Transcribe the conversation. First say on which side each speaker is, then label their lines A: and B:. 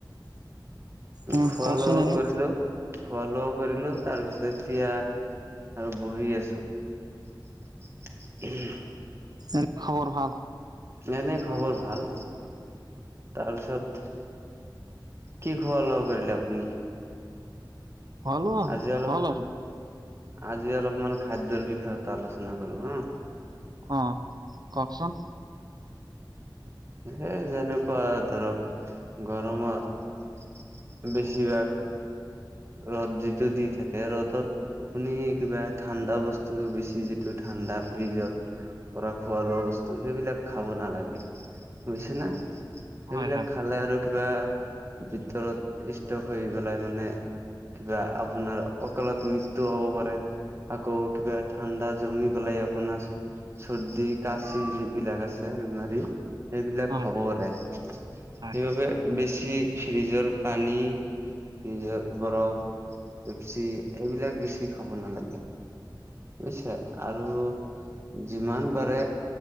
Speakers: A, on the right; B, on the right.
A: অ
B: খোৱা
A: কওকচোন
B: লোৱাও
A: আৰু
B: কৰিলো। খোৱা লোৱাও কৰিলো তাৰ পিছত এতিয়া আৰু বহি আছো। <unintelligible>
A: উম খবৰ ভাল।
B: নাই নাই খবৰ ভাল। তাৰপিছত- কি খোৱা-লোৱা কৰিলে আপুনি?
A: ভাল
B: আজি অলপ,
A: হ'ল আৰু
B: আজি অলপমান খাদ্যৰ বিষয়ত আলোচনা কৰো হা।
A: অ, কওঁকচোন‌?
B: এ, যেনেকুৱা ধৰক, গৰমত বেছিভাগ, ৰ'দ যিটো দি থাকে ৰ'দত আপুনি কিবা ঠাণ্ডা বস্তু বেছি, যিটো ঠাণ্ডা ফ্ৰিজৰ পৰা খোৱা, লোৱা বস্তু, সেইবিলাক খাব নালাগে। বুজিছে না?
A: অ হয়
B: এইবিলাক
A: হয়
B: খালে আৰু কিবা, ভিতৰত ষ্টক হৈ পেলাই মানে কিবা, আপোনাৰ অকালত মৃত্যু হ'ব পাৰে। আকৌ, কিবা ঠাণ্ডা জমি পেলাই আপোনাৰ চৰ্দি, খাচি যিবিলাক আছে বেমাৰী। সেইবিলাক
A: হয়
B: হ'ব পাৰে। সেইবাবে
A: হয়
B: বেছি ফ্ৰিজৰ পানী, ফ্ৰিজত বৰফ পেপচি, এইবিলাক বেছি খাব নালাগে। বুজিছে। আৰু যিমান পাৰে,